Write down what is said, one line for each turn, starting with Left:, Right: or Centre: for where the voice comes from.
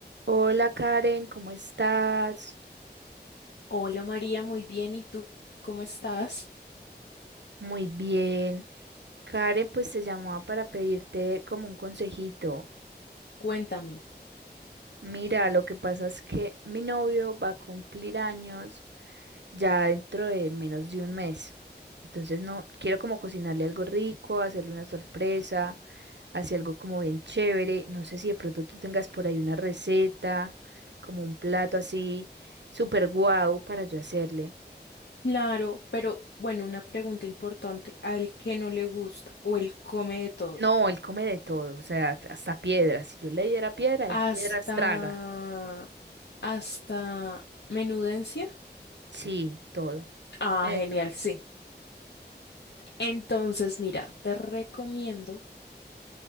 Right: Hola Karen, ¿cómo estás?
Left: Hola María, muy bien. ¿Y tú cómo estás?
Right: Muy bien. Karen, pues te llamaba para pedirte como un consejito.
Left: Cuéntame.
Right: Mira, lo que pasa es que mi novio va a cumplir años ya dentro de menos de un mes. Entonces no quiero como cocinarle algo rico, hacerle una sorpresa, hacer algo como bien chévere. No sé si de pronto tú tengas por ahí una receta, como un plato así, súper guau para yo hacerle.
Left: Claro, pero bueno, una pregunta importante. Al que no le gusta o él come de todo.
Right: No, él come de todo, o sea, hasta piedras. Si yo le diera piedra,
Left: Hasta...
Right: él piedras traga.
Left: hasta menudencia.
Right: Sí, todo.
Left: Ah,
Right: Come de
Left: genial,
Right: todo.
Left: sí. Entonces, mira, te recomiendo